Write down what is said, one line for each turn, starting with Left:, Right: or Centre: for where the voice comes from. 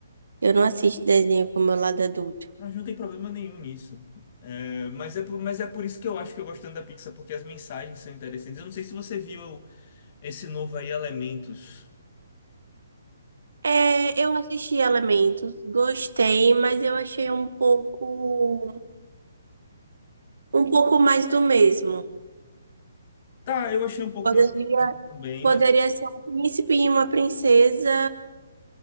Right: Eu não assisto desenho com o meu lado adulto.
Left: Mas não tem problema nenhum nisso. É, mas, é, por- mas é por isso que eu acho que eu gosto tanto da Pixar, porque as mensagens são interessantes. Eu não sei se você viu esse novo aí, Elementos.
Right: É, eu assisti Elementos, gostei, mas eu achei um pouco, um pouco mais do mesmo.
Left: Tá, eu achei um pouco
Right: Poderia,
Left: mais também,
Right: poderia
Left: mas.
Right: ser um príncipe e uma princesa